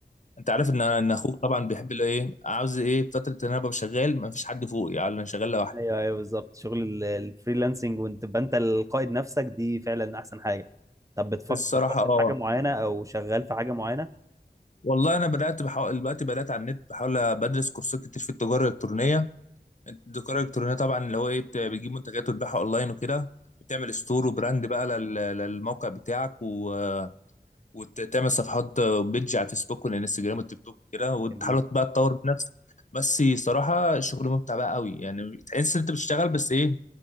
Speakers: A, on the left (about 45°); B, on the right (about 20°).
A: انت عارف ان انا ان اخوك طبعا بيحب اللي ايه عاوز ايه فتره ان انا ابقى شغال ما فيش حد فوقي يعني انا شغال لوحدي
B: ايوه ايوه بالظبط شغل ال- الفريلانسنج وانت تبقى انت القائد نفسك دي فعلا احسن حاجه طب بتفكر
A: الصراحه
B: فكرت
A: اه
B: في حاجه معينه او شغال في حاجه معينه
A: والله انا بدات بحاول دلوقتي بدات على النت بحاول بدرس كورسات كتير في التجاره الالكترونيه التجاره الالكترونيه طبعا اللي هو ايه بت- بتجيب منتجات وتبيعها اونلاين وكده بتعمل ستور وبراند بقى لل- للموقع بتاعك و وتعمل صفحات بيدج على الفيسبوك والانستجرام والتيك توك كده وتحاول
B: جميل
A: بقى تطور من نفسك بس صراحه شغل ممتع بقى قوي يعني تحس ان انت بتشتغل بس ايه